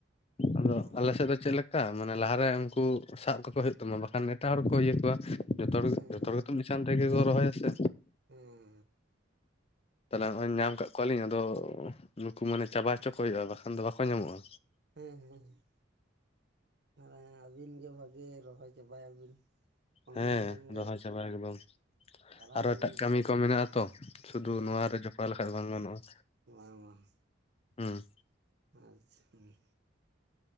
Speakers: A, on the left; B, on the right.
A: ᱟᱫᱚ
B: ᱚᱱᱠᱟ
A: ᱟᱞᱮ ᱥᱮᱫ ᱫᱚ ᱪᱮᱜ ᱞᱮᱠ ᱠᱟ ᱢᱟᱱᱮ ᱞᱟᱦᱟᱨᱮ ᱩᱝᱠᱩ ᱥᱟᱵ ᱠᱟ ᱠᱚ ᱦᱳᱭᱳᱜ ᱛᱟᱢᱟ ᱵᱟᱠᱷᱟᱱ ᱮᱴᱟᱜ ᱦᱚᱲ ᱠᱚ ᱤᱭᱟᱹ ᱠᱚᱣᱟ ᱡᱚᱛᱚ ᱦᱚᱲ
B: ᱦᱮᱸ
A: ᱜᱮ ᱡᱷᱚᱛᱚ ᱦᱚᱲ ᱜᱮᱛᱚᱢ ᱪᱟᱱ ᱛᱮᱜᱮ ᱠᱚ ᱨᱚᱦᱚᱭᱟᱥᱮ
B: ᱦᱩᱸ
A: ᱛᱟᱦᱚᱞᱮ ᱦᱚᱜᱼᱚᱭ ᱧᱟᱢ ᱠᱟᱜ ᱠᱚᱣᱟᱞᱤᱧ ᱟᱫᱚ ᱱᱩᱠᱩ ᱢᱟᱱᱮ ᱪᱟᱵᱟ ᱦᱚᱪᱚ ᱠᱚ ᱦᱳᱭᱳᱜᱼᱟ ᱵᱟᱠᱷᱟᱱ ᱫᱚ ᱵᱟᱠᱚ ᱧᱟᱢᱚᱜᱼᱟ
B: ᱦᱩᱸ ᱦᱩᱸ ᱦᱩᱸ ᱟᱨᱮ ᱟᱹᱵᱤᱱ ᱜᱮ ᱵᱷᱟᱜᱮ ᱨᱚᱦᱚᱭ ᱪᱟᱵᱟᱭᱟᱵᱤᱱ ᱠᱚᱢᱭᱟᱱ
A: ᱦᱮᱸ
B: ᱠᱷᱟᱱ ᱜᱮ
A: ᱨᱚᱦᱚᱭ ᱪᱟᱵᱟ ᱮᱠᱫᱚᱢ
B: ᱟᱨᱟᱢ
A: ᱟᱨᱚ
B: ᱥᱮᱵᱤᱱ
A: ᱮᱴᱟᱜ ᱠᱟᱹᱢᱤ
B: ᱛᱟᱦᱮᱱ
A: ᱠᱚ ᱢᱮᱱᱟᱜ-ᱟ ᱛᱚ ᱥᱩᱫᱩ
B: ᱦᱮᱸ
A: ᱱᱚᱣᱟᱨᱮ ᱡᱚᱯᱲᱟ ᱞᱮᱠᱷᱟᱡ ᱵᱟᱝ ᱜᱟᱱᱚᱜᱼᱟ
B: ᱵᱟᱝ ᱵᱟᱝ
A: ᱦᱩᱸ
B: ᱟᱪᱪᱷᱟᱸ ᱦᱩᱸ